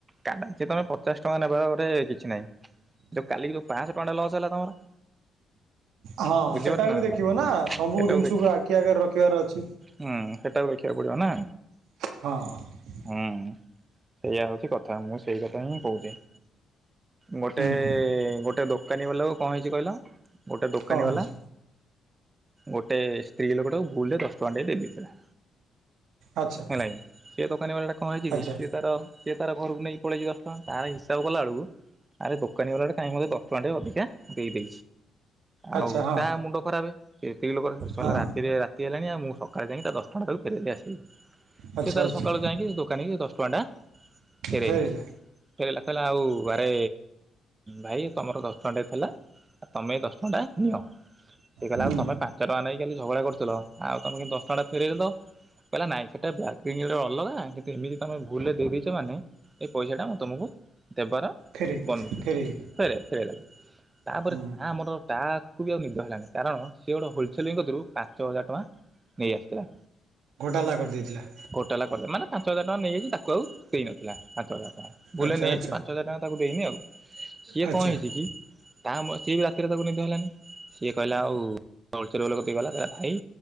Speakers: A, on the right; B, on the right.
A: କାଟା ଯେତୋଳେ ପଚାଶ ଟଙ୍କା ନେବାଖଗେଟେ କିଛି ନାହିଁ କାଲି ଯୋଉ ପାଶହ ଟଙ୍କା ଲସ୍ ହେଲା ତମର।
B: ହଁ
A: ବୁଝିପାରୁଛ
B: ସେଟା
A: ନା
B: ବି ଦେଖିବ
A: ନାଇଁ
B: ନା ସବୁ
A: ସେଟାକୁ
B: ଜିନିଷକୁ
A: ଦେଖ
B: ଆଖି ଆଗରେ ରଖିବାର ଅଛି।
A: ହୁଁ ସେଟାକୁ ଦେଖିବାକୁ ପଡିବ ନା।
B: ହଁ।
A: ହୁଁ ସେଇୟା ହଉଚି କଥା ମୁଁ ସେଇ କଥା ହିଁ କହୁଚି। ଗୋଟେ
B: ହୁଁ।
A: ଗୋଟେ ଦୋକାନୀ ବାଲାକୁ କଣ ହେଇଛି କହିଲ ଗୋଟେ ଦୋକାନୀ
B: କଣ
A: ବାଲା।
B: ହେଇଛି
A: ଗୋଟେ ସ୍ତ୍ରୀ ଲୋକଟାକୁ ଭୁଲ୍ ରେ ଦଶ ଟଙ୍କାଟେ ଦେଇେଇଥିଲା।
B: ଆଚ୍ଛା
A: ହେଲାଇ ସେ ଦୋକାନୀ ବାଲା ଟା କଣ ହେଇଛି
B: ଆଚ୍ଛା
A: କି ସେ ତାର ସିଏ ତାର ଘରକୁ ନେଇିକି ପଳେଇଚି ଦଶଟଙ୍କା ତାର ହିସାବ କଲା ବେଳକୁ। ଆରେ ଦୋକାନୀ ବାଲାଟେକାଇଁକି ମତେ ଦଶ ଟଙ୍କା ଟେ ଅଧିକା ଦେଇଛି
B: ଆଚ୍ଛା
A: ଆଉ
B: ହଁ
A: ତା ମୁଣ୍ଡ ଖରାପେ ସେ ସ୍ତ୍ରୀ ଲୋକଟା
B: ହଁ
A: ରାତି ଯେରାତି ହେଲାଣି ଆ ମୁଁ ସକାଳେ ଯାଇ ତା ଦଶଟଙ୍କାଟା ତାକୁ ଫେରେଇଦେଇ ଆସିବି।।
B: ଆଚ୍ଛା
A: ସେ ତ।
B: ଆଚ୍ଛା
A: ର ସକାଳୁ ଯାଇକି ସେ ଦୋକାନୀ କି ଦଶ ଟଙ୍କାଟା ଫେରାଇଲା।
B: ଫେରିଲା
A: ଫେରଇଲା କହିଲା ଆଉ ବାରେ ଭାଇ ତମର ଦଶ ଟଙ୍କା ଟେ ଥିଲା। ଆଉ ତମେ ଦଶ ଟଙ୍କା ଟା ନିଅ ସେ କହିଲା
B: ହୁଁ
A: ଆଉ ତମେ ପା ପାଞ୍ଚ ଟଙ୍କା ନେଇ କାଲିଝଗଡ଼ା କରୁଥିଲ ଆ ତମେ କେମିତି ଦଶ ଟଙ୍କାଟା ଫେରାଇଦେଲ ତ କହିଲା ନାଇଁ ସେଇଟା ବ୍ୟଗ। ପିଞ୍ଜିଡ଼େ ଅଲଗା କିନ୍ତୁ ଏମିତି ତମେ ଭୁଲରେ ଦେଇଦେଇଛ ମାନେ ଏଇ ପଇସାଟା ମୁଁ ତମୁକୁ ଦେବାର
B: ଫେରେଇ
A: ବନୁଛି
B: ଫେରେଇ
A: ଫେରେ ଫେରେଇଦେଲି। ତାପରେ
B: ହୁଁ
A: ତା ମନର ତା କୁ ବି ଆଉ ନିଦ ହେଲାନି କାରଣ ସେ ଗୋଟେ ହୋଲସେଲିଙ୍ଗ୍ କତୁରୁ ପାଞ୍ଚ ହଜାର ଟଙ୍କା ନେଇଆସିଥିଲା।
B: ଘୋଟାଲା କରିଦେଇଥିଲା।
A: ଗୋଟାଲା କରଦେ ମାନେ ପାଞ୍ଚ ହଜାର ଟଙ୍କା ନେଇଯାଇଛି ତାକୁ ଆଉ ସେଇନଥିଲା ପାଞ୍ଚ ହଜାର। ବୁଲେ
B: ଆଚ୍ଛା
A: ନେଇଯାଇଚି
B: ଆଚ୍ଛା
A: ପାଞ୍ଚ ହଜାର ଟଙ୍କା ତାକୁ ଦେଇନି ଆଉ ସିଏ
B: ଆଚ୍ଛା
A: କଁ ହେଇଛି କି ତା ମ ସିଏ ବି ରାତିରେ ତାକୁ ନିଦ ହେଲାନି ସିଏ କହିଲା ଆଉ ହୋଲସେଲ୍ ବାଲା କତିକି ଗଲା କହିଲା ଭାଇ